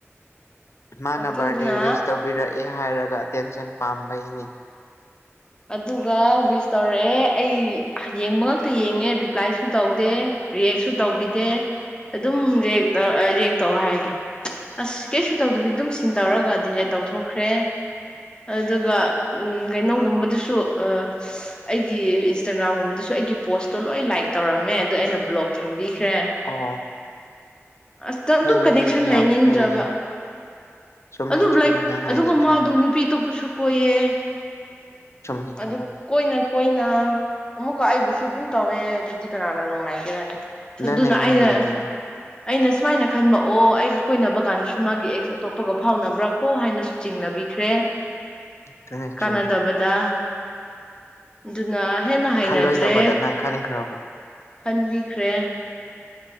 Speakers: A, on the left; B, on the left.
A: ꯃꯥꯅ
B: ꯑꯗꯨꯅ
A: ꯕꯥꯔꯗꯦ ꯋꯤꯁ ꯇꯧꯕꯤꯔꯛꯑꯦ ꯍꯥꯏꯔꯒ ꯑꯇꯦꯟꯁꯟ ꯄꯥꯝꯕꯩꯅꯤ꯫
B: ꯑꯗꯨꯒ ꯋꯤꯁ ꯇꯧꯔꯑꯦ ꯑꯩ ꯌꯦꯡꯕ ꯉꯛꯇ ꯌꯦꯡꯉꯦ ꯔꯤꯄ꯭ꯂꯥꯏꯁꯨ ꯇꯧꯗꯦ꯫ ꯔꯤꯌꯦꯛꯁꯨ ꯇꯧꯕꯤꯗꯦ ꯑꯗꯨꯝ ꯔꯤꯌꯦꯛ ꯇꯧ ꯔꯤꯌꯦꯛ ꯇꯧ ꯍꯥꯏꯒꯦ ꯑꯁ ꯀꯩꯁꯨ ꯇꯧꯗꯕꯤ ꯑꯗꯨꯝ ꯁꯤꯟ ꯇꯧꯔꯒ ꯗꯤꯂꯦꯠ ꯇꯧꯊꯣꯛꯈ꯭ꯔꯦ ꯑꯗꯨꯒ ꯎꯝ ꯀꯩꯅꯣꯒꯨꯝꯕꯗꯨꯁꯨ ꯑ ꯑꯩꯒꯤ ꯏꯟꯁꯇꯥꯒ꯭ꯔꯥꯝꯒꯨꯝꯕꯗꯁꯨ ꯑꯩꯒꯤ ꯄꯣꯁꯇꯣ ꯂꯣꯏ ꯂꯥꯏꯛ ꯇꯧꯔꯝꯃꯦ ꯑꯗꯨ ꯑꯩꯅ ꯕ꯭ꯂꯣꯛ ꯊꯝꯕꯤꯈ꯭ꯔꯦ꯫
A: ꯑꯣ
B: ꯑꯁꯇ
A: ꯐꯩꯌꯦ
B: ꯗꯨꯝ ꯀꯅꯦꯛꯁꯟ
A: ꯌꯥꯝ
B: ꯂꯩꯅꯤꯡꯗ꯭ꯔꯕ꯫
A: ꯐꯩꯌꯦ ꯆꯨꯝꯃꯦ
B: ꯑꯗꯨ
A: ꯆꯨꯝꯃꯦ
B: ꯂꯥꯏꯛ
A: ꯅꯪ ꯍꯥꯏꯗꯣ
B: ꯑꯗꯨꯒ
A: ꯆꯨꯝꯃꯦ
B: ꯃꯥꯗꯨ ꯅꯨꯄꯤ ꯑꯇꯣꯞꯄꯁꯨ ꯀꯣꯏꯌꯦ꯫
A: ꯆꯨꯝꯃꯦ ꯆꯨꯝꯃꯦ
B: ꯑꯗꯨ ꯀꯣꯏꯅ ꯀꯣꯏꯅ ꯑꯃꯨꯛꯀ ꯑꯩꯕꯨꯁꯨ ꯑꯗꯨꯝ ꯇꯧꯋꯦ ꯑꯗꯨꯗꯤ ꯀꯅꯥꯅ ꯅꯨꯡꯉꯥꯏꯒꯦꯔꯅꯦ
A: ꯑꯗꯨꯅꯦ
B: ꯑꯗꯨꯅ
A: ꯑꯗꯨꯅꯦ
B: ꯑꯩꯅ
A: ꯑꯗꯨꯅꯦ
B: ꯑꯩꯅ ꯁꯨꯃꯥꯏꯅ ꯈꯟꯕ ꯑꯣ ꯑꯩꯒ ꯀꯣꯏꯅꯕ ꯀꯥꯟꯗꯁꯨ ꯃꯥꯒꯤ ꯑꯦꯛꯁ ꯑꯇꯣꯞꯄꯒ ꯐꯥꯎꯅꯕ꯭ꯔꯥ ꯀꯣ ꯍꯥꯏꯅꯁꯨ ꯆꯤꯡꯅꯕꯤꯈ꯭ꯔꯦ
A: <inaudible>
B: ꯀꯥꯟꯅꯗꯕꯗ
A: ꯆꯨꯝꯃꯦ
B: ꯗꯨꯅ ꯍꯦꯟꯅ ꯍꯩꯅꯗ꯭ꯔꯦ
A: ꯈꯜꯂꯣꯏꯗꯕꯗ ꯅꯪ ꯈꯟꯈ꯭ꯔꯕ
B: ꯈꯟꯕꯤꯈ꯭ꯔꯦ꯫